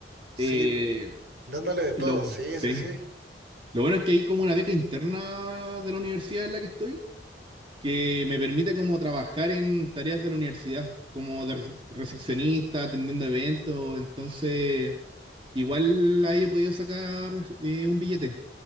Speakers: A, on the right; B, on the right.
A: sí,
B: Eh,
A: dándole de todo,
B: lo,
A: sí,
B: sí.
A: sí, sí.
B: Lo bueno es que hay como una beca interna de la universidad en la que estoy, que me permite como trabajar en tareas de la universidad, como de rece- recepcionista, atendiendo eventos, entonces igual ahí he podido sacar eh, un billete.